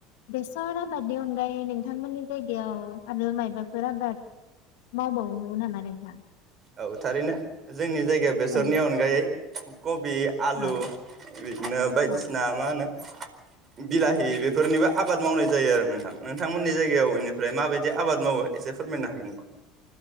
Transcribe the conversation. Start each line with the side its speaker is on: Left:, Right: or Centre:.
Left: बेसर आबादनि अनगायै नों नोंथांमोननि जायगायाव आरो मायबाफोर आबाद मावबावो नामा नोंथां?
Right: औ थारैनो। जोंनि जायगायाव बेसरनि
Left: औ
Right: अनगायै कबि आलु
Left: औ
Right: बिदिनो बायदिसिना
Left: औ
Right: मा होनो बिलाहि बेफोरनिबो आबाद मावनाय जायो आरो नोंथां नोंथांमोननि जायगायाव इनिफ्राय माबायदि आबाद मावो एसे फोरमायनो हागोन नामा?